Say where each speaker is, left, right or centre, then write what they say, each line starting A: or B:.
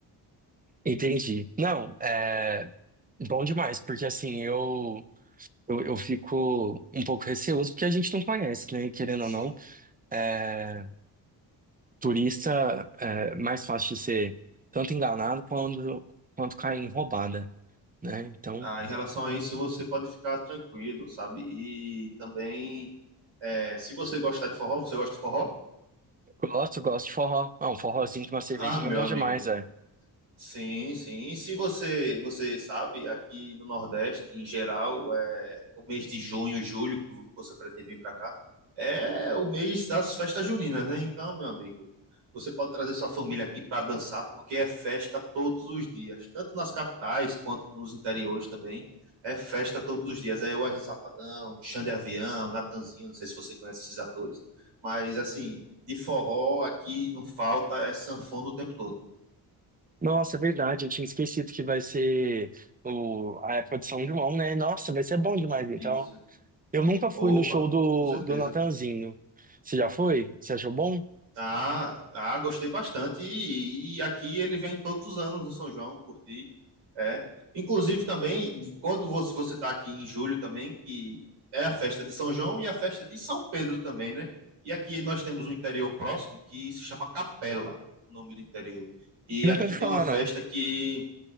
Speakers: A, on the right; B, on the right.
A: Entendi. Não, é bom demais, porque assim, eu, eu, eu fico um pouco receoso, porque a gente não conhece, né? E Querendo
B: Sim.
A: ou não, é, turista eh, é mais fácil de ser tanto enganado quando, quanto cair em roubada, né? Então.
B: Ah, em relação a isso, você pode ficar tranquilo, sabe? E também, é, se você gostar de forró, você gosta de forró?
A: Gosto, gosto de forró. Ah, um forrozinho de uma cervejinha
B: Ah, meu
A: é bom
B: amigo.
A: demais, é.
B: Sim, sim. E se você, você sabe, aqui no Nordeste, em geral, é o mês de junho, julho, que você pretende vir para cá, é o mês das festas juninas, né? Então, meu amigo, você pode trazer sua família aqui para dançar, porque é festa todos os dias, tanto nas capitais quanto nos interiores também. É festa todos os dias. É Wesley Safadão, Xande Avião, Natanzinho, não sei se você conhece esses atores, mas assim, de forró aqui não falta, é sanfona o tempo todo.
A: Nossa, é verdade, eu tinha esquecido que vai ser o, a época de São João, né? Nossa, vai ser bom demais, então.
B: Isso.
A: Eu nunca fui
B: Opa,
A: no show do,
B: com certeza.
A: do Natanzinho. Você já foi? Você achou bom?
B: Ah, ah, gostei bastante. E, e aqui ele vem todos os anos no São João, curti. É. Inclusive também, quando você você está aqui em julho também, que é a festa de São João e a festa de São Pedro também, né? E aqui nós temos um interior próximo que se chama Capela, o nome do interior. E
A: Nunca
B: aqui
A: ouvi
B: tem
A: falar,
B: uma festa
A: não.
B: que